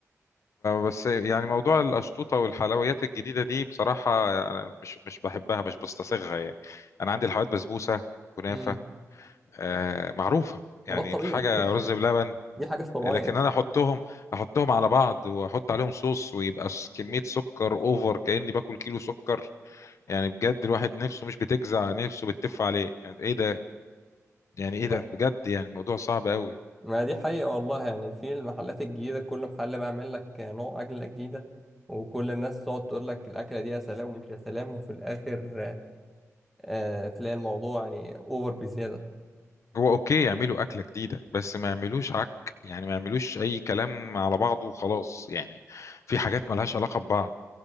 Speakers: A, on the left; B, in the centre.
A: بس يعني موضوع الأشطوطة والحلويات الجديدة دي بصراحة أنا مش مش بحبها مش بستصاغها يعني أنا عندي الحلويات بسبوسة كنافة
B: امم
A: آه معروفة
B: ما
A: يعني
B: ده الطبيعي
A: الحاجة رز بلبن
B: <laughs> دي الحاجه الطبيعيه
A: لكن أنا
B: <laughs>
A: أحطهم أحطهم على بعض وأحط عليهم صوص ويبقى س- كمية سكر أوفر كأني باكل كيلو سكر يعني بجد الواحد نفسه مش بتجزع نفسه بتف عليه يعني إيه ده يعني إيه ده
B: ما
A: بجد يعني الموضوع صعب قوي
B: ما دي حقيقة والله يعني في المحلات الجديدة كل محل بيعمل لك نوع أكلة جديدة وكل الناس تقعد تقول لك الأكلة دي يا سلام ومش يا سلام وفي الآخر آه، تلاقي الموضوع يعني أوفر بزيادة
A: هو اوكي يعملوا اكله جديده بس ما يعملوش عك يعني ما يعملوش اي كلام على بعضه وخلاص يعني في حاجات ملهاش علاقه ببعض